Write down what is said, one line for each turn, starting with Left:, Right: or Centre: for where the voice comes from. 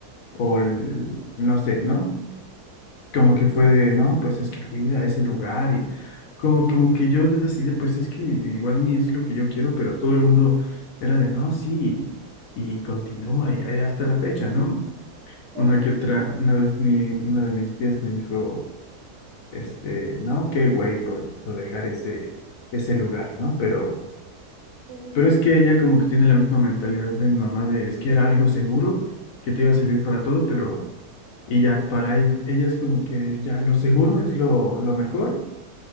Left: o el- no sé, ¿no? Como que fue de, no, pues es que cuida ese lugar y como, como que yo decidí, pues es que igual ni es lo que yo quiero, pero todo el mundo era de, no, sí, y, continúa y, ahí hasta la fecha, ¿no?
Right: Claro,
Left: Una que otra, una vez mi, una de mis tías me dijo, este, no, qué güey por, por dejar ese, ese lugar, ¿no? Pero
Right: en serio.
Left: Pero es que ella como que tiene la misma mentalidad de mi mamá de es que era algo seguro, que te iba a servir para todo, pero y ya para e- ella es como que ya lo seguro es lo, lo mejor